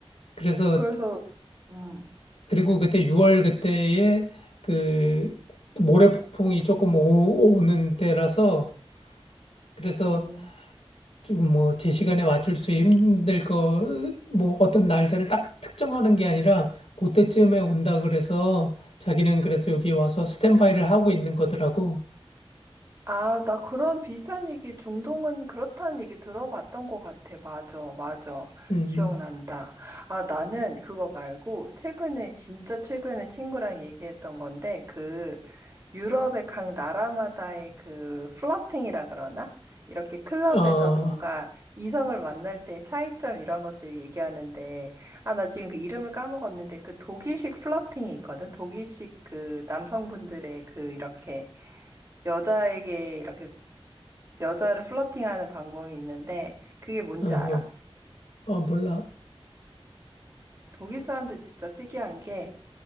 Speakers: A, on the left (about 80°); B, on the right (about 30°).
A: 그래서,
B: 그래서, 음.
A: 그리고 그때 6월 그때에 그 모래폭풍이 조금 오, 오는 때라서, 그래서
B: 음.
A: 좀 뭐 제 시간에 맞출 수 힘들 거, 뭐 어떤 날짜를 딱 특정하는 게 아니라, 그때쯤에 온다 그래서 자기는 그래서 여기 와서 스탠바이를 하고 있는 거더라고.
B: 아, 나 그런 비슷한 얘기, 중동은 그렇다는 얘기 들어봤던 것 같아. 맞아, 맞아.
A: 음,
B: 기억난다. 아, 나는 그거 말고, 최근에, 진짜 최근에 친구랑 얘기했던 건데, 그, 유럽의 각 나라마다의 그, 플러팅이라 그러나? 이렇게 클럽에서
A: 어.
B: 뭔가 이성을 만날 때 차이점 이런 것들 얘기하는데, 아, 나 지금 그 이름을 까먹었는데, 그 독일식 플러팅이 있거든? 독일식 그 남성분들의 그 이렇게, 여자에게 이렇게 여자를 플러팅하는 방법이 있는데 그게 뭔지
A: 어, 어,
B: 알아?
A: 어, 몰라.
B: 독일 사람들 진짜 특이한 게